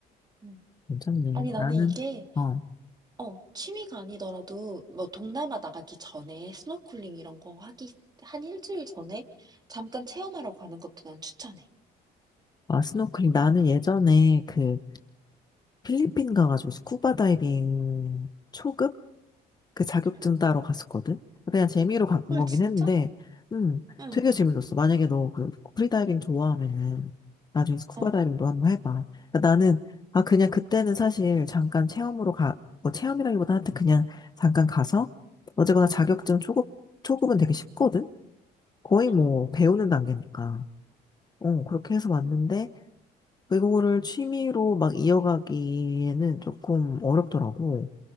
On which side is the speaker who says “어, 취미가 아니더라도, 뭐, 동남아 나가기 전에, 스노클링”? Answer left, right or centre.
Right